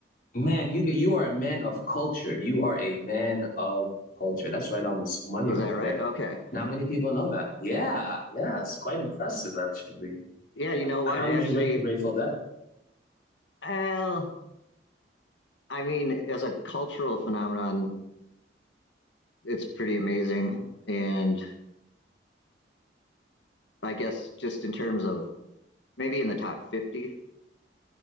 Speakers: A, on the left; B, on the left.
A: man, you get you are a man of culture. You are a man of culture. That's right on this money
B: was
A: right
B: that right?
A: there.
B: Okay.
A: Not many people know that. Yeah, yeah, it's quite impressive actually.
B: Yeah, you know what?
A: How
B: Actually,
A: would you rank the Grateful Dead?
B: well, I mean, as a cultural phenomenon, it's pretty amazing. And I guess just in terms of maybe in the top 50.